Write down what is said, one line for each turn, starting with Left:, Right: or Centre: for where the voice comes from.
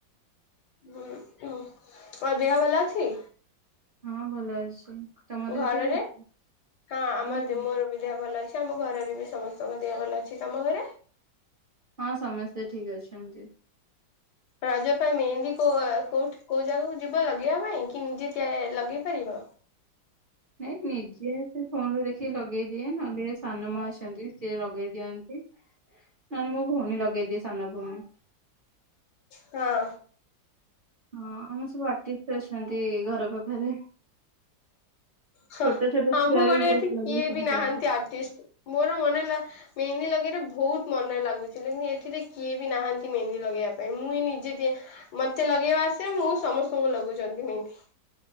Left: ହଁ ଆ ଦେହ ଭଲା ଅଛି
Right: ହଁ ଭଲ ଅଛି ତମ ଦେହ
Left: ଘରରେ
Right: ଠିକ୍ ଅଛି?
Left: ହଁ ଆମର
Right: ଠିକ୍।
Left: ଦେ ମୋର
Right: ଅଛି।
Left: ବି ଦେହ ଭଲ ଅଛି ଆମ ଘରରେ ବି ସମସ୍ତଙ୍କ ଦେହ ଭଲ ଅଛି ତମ ଘରେ
Right: ହଁ ସମସ୍ତେ ଠିକ ଅଛନ୍ତି
Left: ରଜ ପାଇଁ ମେହେନ୍ଦୀ କୋଉଠି କୋଉ ଜାଗାକୁ ଯିବ ଲଗେଇବା ପାଇଁ କି ନିଜେ ଲଗେଇ ପାରିବ
Right: ନାଇଁ ନିଜେ ସେ ଫୋନରୁ ଦେଖିକି ଲଗେଇ ଦିଏ ନହେଲେ ସାନ ମା ଅଛନ୍ତି ସିଏ ଲଗେଇ ଦିଅନ୍ତି ନ ହେନେ ମୋ ଭଉଣୀ ଲଗେଇଦିଏ ସାନ ଭଉଣୀ।
Left: ହଁ।
Right: ହଁ ଆମର ସବୁ ଆର୍ଟି ଅଛନ୍ତି ଘର ପାଖରେ।
Left: ହ
Right: ଛୋଟ ଛୋଟ
Left: ଆମ
Right: ଛୁଆ ବି
Left: ଘରେ
Right: ବହୁତ
Left: ଏଠି କିଏ
Right: ଲଗେଇ ଶିଖିଛନ୍ତି।
Left: ବି ନାହାନ୍ତି ଆର୍ଟିଷ୍ଟ ମୋର ମନେ ହେଲା ମେହେନ୍ଦୀ ଲଗେଇଲେ ବହୁତ ମନ ଲାଗୁଚି ଏଥିରେ କିଏ ବି ନାହାନ୍ତି ମେହେନ୍ଦୀ ଲଗେଇବା ପାଇଁ ମୁଁ ହିଁ ନିଜେ ମୋତେ ଲଗେଇବା ଆସେ ମୁଁ ସମସ୍ତଙ୍କୁ ଲଗଉଛନ୍ତି ମେହେନ୍ଦୀ।